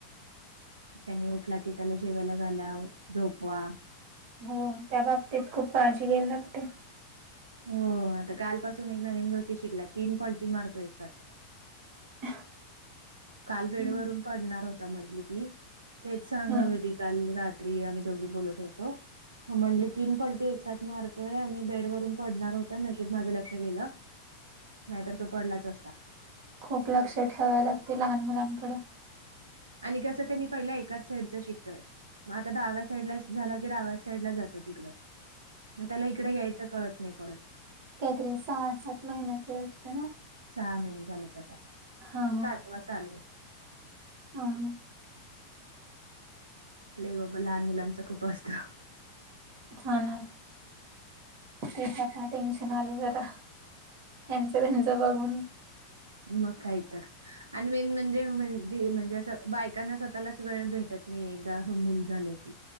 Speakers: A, on the right; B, on the right.
A: त्यांनी उठला की त्याला जेवायला घाला झोपवा.
B: हो त्या बाबतीत खूप काळजी घ्यायला लागते.
A: हो आता कालपासून एक नवीन गोष्टी शिकल्या तीन पल्टी मारतो एक साथ
B: <unintelligible>
A: काल
B: हम्म
A: बेड वरून पडणार होता म्हंटली ती तेच सांग
B: हम्म.
A: होती. काल रात्री आम्ही दोघी बोलत होतो हो म्हंटली तीन पलटी एक साथ मारतोय आणि बेड वरून पडणार होत नशिब माझं लक्ष गेलं नाही तर तो पडलाच असता.
B: खूप लक्ष ठेवाय लागते लहान मुलांकड.
A: आणि कसं त्यांनी पहिला एकाच साईडच शिकतोय. म आता डाव्या साईडला झाला की डाव्या साईड लाच जातो तिकडच. मग त्याला इकडं यायचं कळत नाही परत
B: काय तरी सहा सात महिन्याचे वाटतं ना?
A: सहा महिने झाले त्याचा
B: हा
A: सातवा चालू होईल.
B: आ ना!
A: लय बाबा लहान मुलांचं खूप असतं.
B: हा ना! ते ताच टेन्शन आलय जरा यांचं त्यांचं बघून.
A: मग कायतर आणि मेन म्हणजे म्हणजे म्हणजे अस बायकांना स्वतःलाच वेळ भेटत नाही एकदा मूल झाले की.